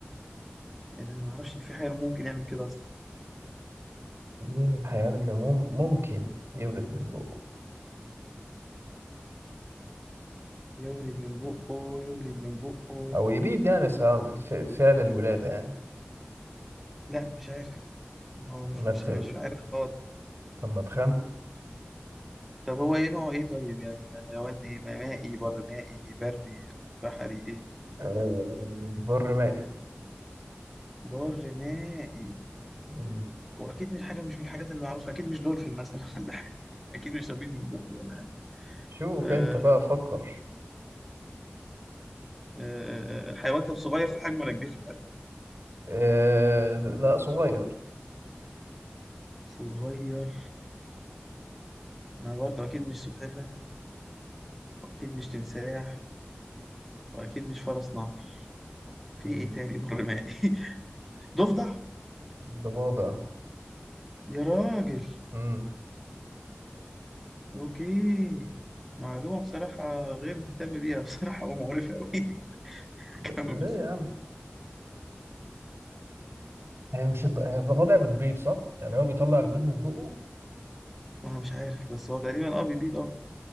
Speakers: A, in the centre; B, on the right (about 75°).
A: انا ما اعرفش إن في حاجه ممكن يعمل كده اصلا
B: مين الحيوان اللي مم- ممكن يولد من بقه
A: يولد من بقه يولد من بقه
B: او يبيد يعني سع- ف- فعل الولادة يعني
A: لا مش عارف هو مش
B: ما
A: مش
B: ت...
A: مش عارف خالص
B: طب ما تخمن
A: طب هو ايه نوعه ايه طيب يعني حيوان ايه مائي بر مائي بري بحري ايه
B: آه، بر مائي
A: بر مائي
B: مم.
A: واكيد مش حاجه مش من الحاجات المعروفه اكيد مش دولفين مثلا <laughs> ولا حاجه اكيد مش سبيط من بقه ولا حاجه
B: شوف
A: آه،
B: انت بقى فكر
A: آه، آه، حيوان طب صغير في الحجم ولا كبير في الحجم
B: آه، لا صغير
A: صغير ما برضه اكيد مش سلحفاه واكيد مش تمساح واكيد مش فرس نهر في
B: مم.
A: ايه تاني بر مائي <laughs> ضفدع
B: ضفادع
A: يا راجل
B: مم.
A: اوكي معلومه بصراحه غير مهتم بيها <laughs> بصراحه ومقرفه قوي <laughs>
B: ل-
A: كمل
B: ليه يا عم هي مش الض... هي الضفادع بتبيض صح؟ يعني هو بيطلع البيض من بقه
A: ما هو مش عارف بس هو تقريبا اه بيبيض اه